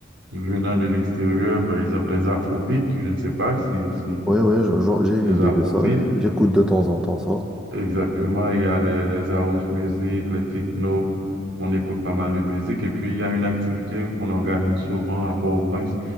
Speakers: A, on the right; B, in the centre.
A: venant de l'extérieur, par exemple les afrobeats. Je ne sais pas si, si
B: ouais, ouais, je- je- j'ai une
A: les
B: idée
A: afrobeats.
B: de ça, j'écoute de temps en temps ça.
A: Exactement, il y a les, les house music, les techno. On écoute pas mal de musique. Et puis, il y a une activité qu'on organise souvent à Port-au-Prince